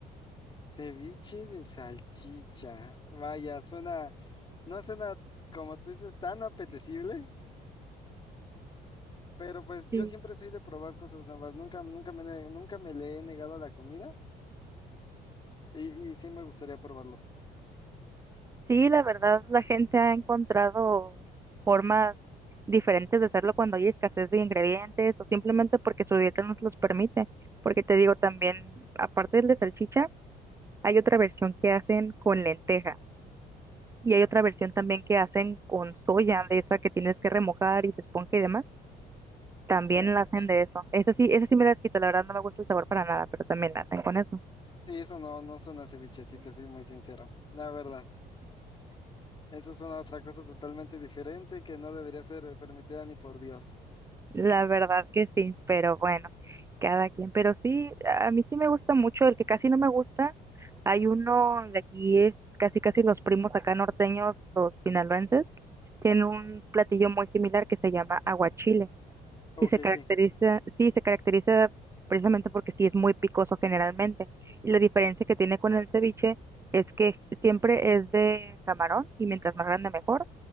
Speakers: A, on the left; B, on the right.
A: Ceviche de salchicha. Vaya, suena, no suena, como tú dices, tan apetecible, pero pues
B: sí
A: yo siempre soy de probar cosas nuevas. Nunca, nunca me, ne- nunca me le he negado a la comida y, y sí me gustaría probarlo.
B: Sí, la verdad, la gente ha encontrado formas diferentes de hacerlo cuando hay escasez de ingredientes o simplemente porque su dieta nos los permite. Porque te digo también, aparte del de salchicha, hay otra versión que hacen con lenteja y hay otra versión también que hacen con soya, de esa que tienes que remojar y se esponja y demás. También
A: Eh,
B: la hacen de eso. Esa sí, esa sí me la quita, la verdad no me gusta el sabor para nada, pero también la hacen con eso.
A: sí, eso no, no suena a ceviche, si te soy muy sincero. La verdad, eso es una otra cosa totalmente diferente que no debería ser eh, permitida ni por Dios.
B: La verdad que sí, pero bueno, cada quien. Pero sí, a mí sí me gusta mucho, el que casi no me gusta, hay uno de aquí, es casi casi los primos acá norteños, los sinaloenses, tienen un platillo muy similar que se llama aguachile.
A: Ok,
B: Y se caracteriza,
A: sí,
B: sí, se caracteriza precisamente porque sí es muy picoso generalmente. Y la diferencia que tiene con el ceviche es que siempre es de camarón y mientras más grande mejor.